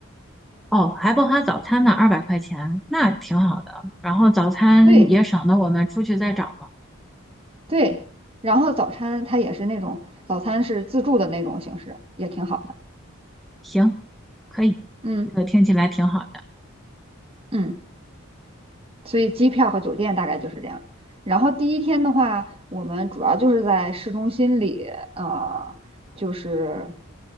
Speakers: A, in the centre; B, on the right (about 25°).
A: 哦，还包含早餐呢，二百块钱，那挺好的。然后早餐也省得我们出去再找了。
B: 对对，然后早餐它也是那种早餐是自助的那种形式，也挺好的。
A: 行，可以，
B: 嗯
A: 这个听起来挺好的。
B: 嗯，所以机票和酒店大概就是这样。然后第一天的话，我们主要就是在市中心里，呃，就是